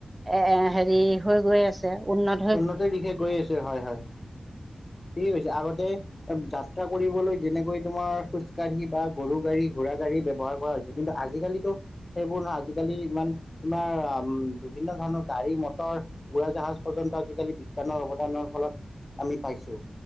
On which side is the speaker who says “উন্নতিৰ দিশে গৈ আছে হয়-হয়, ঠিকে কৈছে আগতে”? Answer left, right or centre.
Left